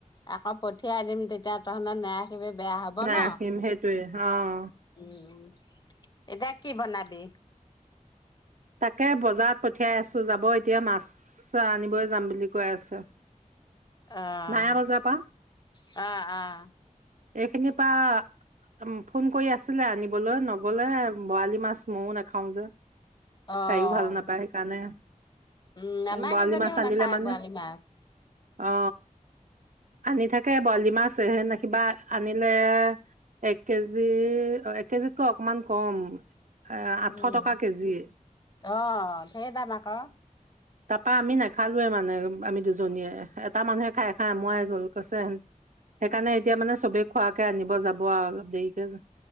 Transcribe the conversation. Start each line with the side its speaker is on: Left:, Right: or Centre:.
Left: আকৌ পঠিয়াই দিম, তেতিয়া তহঁতে নাৰাখিবি, বেয়া হ'ব
Right: নাৰাখিম
Left: ন?
Right: সেইটোৱে অ'।
Left: উম, এতিয়া কি বনাবি?
Right: তাকে, বজাৰত পঠিয়াই আছোঁ। যাব এতিয়া, মাছ আনিবই যাম বুলি কৈ আছে।
Left: অ'!
Right: মায়া বজাৰৰ পৰা
Left: অ'! অ'!
Right: এইখিনিৰ পৰা ফোন কৰি আছিলে, আনিবলৈ নগ'লে বৰালি মাছ ময়ো নাখাও যে।
Left: অ',
Right: তাইও ভাল নাপায় সেইকাৰণে।
Left: উম, আমাৰ
Right: বৰালী
Left: কিজনীও
Right: মাছ আনিলে
Left: নাখায়
Right: মানে,
Left: বৰালি মাছ।
Right: অ, আনি থাকে বৰালি মাছ কিবা আনিলে এক কেজি, এক কেজিতকৈ অকমান কম। এ, আঠশ
Left: উম,
Right: টকা কেজি।
Left: অ, সেই দাম আকৌ।
Right: তাৰপা, আমি নাখালোৱে মানে, আমি দুজনীয়ে। এটা মানুহে খায়, এটা আমোৱাই গ'ল কৈছে। সেইকাৰণে এতিয়া মানে চবে খোৱাকে আনিব যাব আৰু অলপ দেৰিকৈ।